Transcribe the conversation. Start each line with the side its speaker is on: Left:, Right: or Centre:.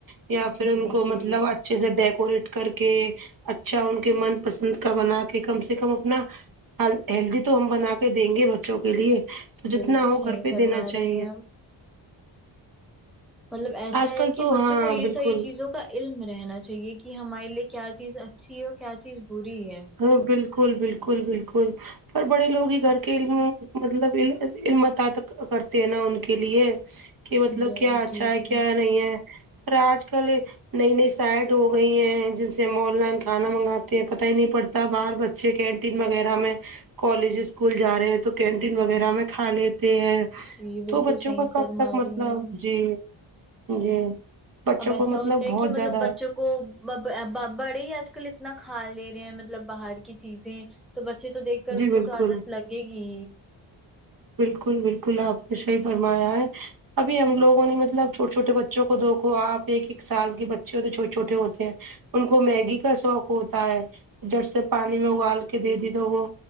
Right: یا پھر
Centre: جی
Right: ان کو مطلب
Centre: جی
Right: اچھے سے ڈیکوریٹ کر کے اچھا ان کے من پسند بنا کے کم سے کم اپنا ہیلدی تو ہم بنا کے دیں گے بچوں کے لیے تو جتنا
Centre: بالکل
Right: ہو
Centre: صحیح
Right: گھر پہ
Centre: فرما
Right: دینا چاہیے
Centre: رہی ہیں ہم مطلب ایسا
Right: آج
Centre: ہے
Right: کل
Centre: کہ
Right: تو
Centre: بچوں
Right: ہاں
Centre: کو یہ
Right: بالکل
Centre: ساری چیزوں کا علم رہنا چاہیے کہ ہمارے لیے کیا چیز اچھی ہے اور کیا چیز بری ہے
Right: ہاں بالکل بالکل بالکل اور بڑے لوگ ہی گھر کے علم مطلب علمت کرتے ہیں نا ان کے لیے کہ مطلب
Centre: جی
Right: کیا اچھا
Centre: جی
Right: ہے
Centre: جی
Right: کیا نہیں ہے پر آج کل نئی نئی سائڈ ہو گئی ہیں جن سے ہم آن لائن کھانا منگاتے ہیں پتہ ہی نہیں پڑتا باہر بچے کینٹین وغیرہ میں کالج اسکول جا رہے ہیں تو کینٹین وغیرہ میں کھا لیتے ہیں
Centre: جی
Right: تو
Centre: بالکل
Right: بچوں
Centre: صحیح
Right: کا کب
Centre: فرما
Right: تک
Centre: رہی
Right: مطلب
Centre: ہیں آپ۔
Right: جی جی بچوں
Centre: اب ایسا
Right: کو مطلب
Centre: ہوتا ہے
Right: بہت
Centre: کہ
Right: زیادہ
Centre: مطلب بچوں کو ب باباڑے ہی آج کل اتنا کھا لے رہے ہیں مطلب باہر کی چیزیں تو بچے تو دیکھ کر
Right: جی
Centre: ان
Right: بالکل
Centre: کو تو عادت لگے گی
Right: بالکل بالکل آپ نے صحی فرمایا ہے ابھی ہم لوگوں نے مطلب چھوٹے چھوٹے بچوں کو دیکھو آپ ایک ایک سال کے بچے ہوتے چھوٹے چھوٹے ہوتے ہیں ان کو میگی کا شوق ہوتا ہے جب سے پانی میں اگال کے دے دی تو وہ